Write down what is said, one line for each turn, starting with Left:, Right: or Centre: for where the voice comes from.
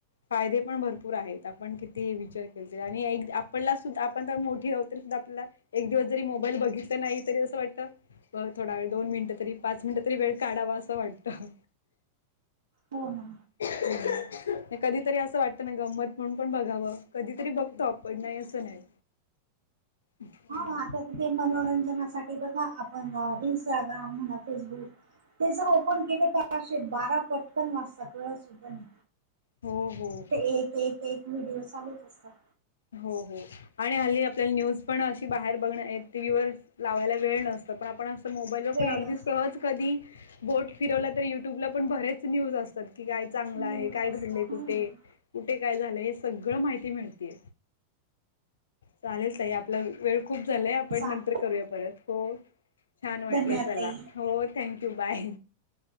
Left: फायदे पण भरपूर आहेत आपण किती विचार केले ते आणि एक आपला सुद्धा आपण तर मोठी आहोत तरी सुद्धा आपल्याला. एक दिवस जरी मोबाईल बघितलं नाही तरी असं वाटत. बघ थोडा वेळ दोन मिनिटं तरी पाच मिनिटं तरी वेळ काढावा असं वाटतं.
Right: हो ना,
Left: ह <inaudible> नाही कधीतरी असं वाटतं ना गंमत म्हणून पण बघावं कधीतरी बघतो आपण नाही असं नाही. ् <inaudible>
Right: आता तर ते मनोरंजनासाठी बघा आपण इनंस्टाग्राम म्हणा फेसबुक. ते जर ओपन केलं तरशेत बारा पटकन वाजता कळत सुद्धा नाही.
Left: हो हो.
Right: ते एक एक एक वीडिओ चागत असतात.
Left: हो हो, आणि हल्ली आपल्याला न्यूज पण अशी बाहेर बघण टी व्ही वर लावायला वेळ नसत पण आपण असं. पण मोबाईलवर
Right: वेळ
Left: पण अगदी
Right: असतो
Left: सहज कधी. बोट फिरवला तर युट्यूबला पण बरेच न्यूज असतात की काय चांगलं आहे
Right: न्यूज
Left: काय
Right: असता
Left: घडले
Right: हम्म
Left: कुठे. कुठे काय झालंय हे सगळं माहिती मिळतीय. चालेल ताई आपण. ल वेळ खूप झालंय आपण
Right: चालेल
Left: नंतर करूया परत हो छान वाटलं
Right: धन्यवाद
Left: चला
Right: ताई.
Left: हो. थँक्यू बाय